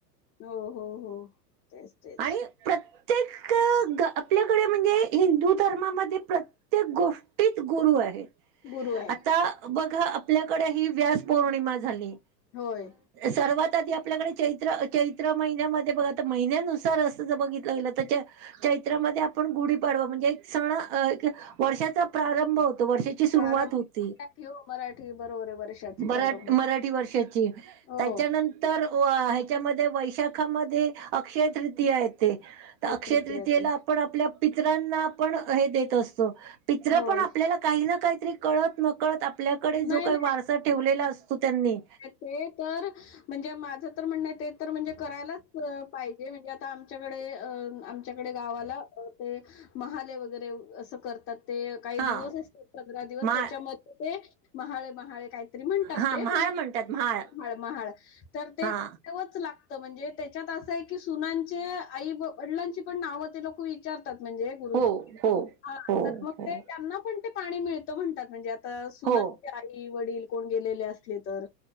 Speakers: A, on the left; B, on the right.
A: हो हो हो तेच तेच.
B: आणि प्रत्येक क गं आपल्याकडे म्हणजे हिंदू धर्मामध्ये प्रत्येक गोष्टीत गुरु आहे.
A: गुरु आहे.
B: आता बघा आपल्याकडे ही व्यास पौर्णिमा झाली.
A: होय.
B: सर्वात आधी आपल्याकडे चैत्र चैत्र महिन्यामध्ये बघा आता महिन्या नुस सार असज बघितलं गेलं त्याच्या चैत्रामध्ये आपण गुढी पाडवा म्हणजे एक सण अ क वर्षाचा प्रारंभ होतो वर्षा सुरवात
A: प्रारंभ
B: होती
A: मराठी हो मराठी बरोबर आहे वर्षाचे
B: बरट
A: प्रारंभ
B: मराठी वर्षाची
A: हो
B: त्याच्यानं तर व ह्याच्यामध्ये वैशाखामध्ये अक्षय तृतीय आहे ते तर अक्षय
A: तृतीया
B: तृतीयेला
A: आहे ते
B: आपण आपल्या पित्रांना आपण हे देत असतो पित्र
A: होय
B: पण आपल्याला काही ना काहीतरी कळत न कळत आपल्याकडे
A: नाही
B: जो काही
A: नाही
B: वारसा ठेवलेला असतो त्यांनी
A: ते तर म्हणजे माझं तर म्हणणं ते तर म्हणजे करायलाच पाहिजे म्हणजे आता आमच्याकडे अ अम च्याकडे गावाला अ ते महाले वगैरे असं करतात. ते काही
B: हा
A: दिवस असते पंधरा दिवस
B: माळ
A: त्याच्यामध्ये ते महाळे महाळे काही तरी म्हणतात
B: हा
A: ते
B: म्हाळ
A: पण
B: म्हणतात म्हाळ
A: महाळ महाळ तर तेवच
B: हा
A: लाग तो म्हणजे त्याच्यात असं आहे की सुनांचे आई वडिलांची पण नावं ते लोकं विचारतात म्हणजे गुरुजी
B: हो हो
A: हा
B: हो
A: तर
B: हो
A: मग ते त्यांना पण ते पाणी मिळतं म्हणतात म्हणजे आता सुनांचे
B: हो
A: आई वडील कोण गेलेले असले तर